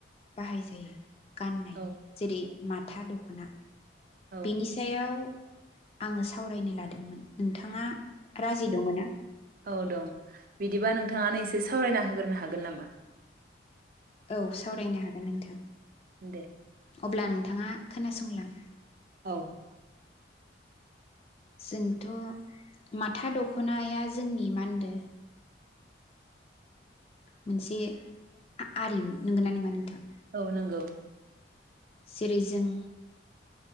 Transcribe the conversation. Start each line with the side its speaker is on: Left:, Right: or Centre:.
Left: बाहाय जायो गाननाय
Right: औ
Left: जेरै माथा दखना
Right: औ
Left: बिनि सायाव। आङो सावरायनो लादोंमोन। नोंथाङा राजि दंङना?
Right: औ दं बिदिबा नोंथाङानो एसे सावरायना होगोरनो हागोन नामा?
Left: औ सावरायनो हागोन नोंथां।
Right: दे।
Left: अब्ला नोंथाङा खोनासंलां
Right: औ।
Left: जोंथ माथा दखनाया जोंनि मा होनदो मोनसे आरिमु नोंगोना नोङा नोंथां?
Right: औ नंगौ।
Left: जेरै जों